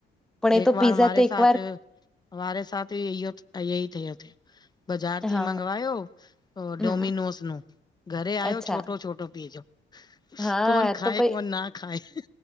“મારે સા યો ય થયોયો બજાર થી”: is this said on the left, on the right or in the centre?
Left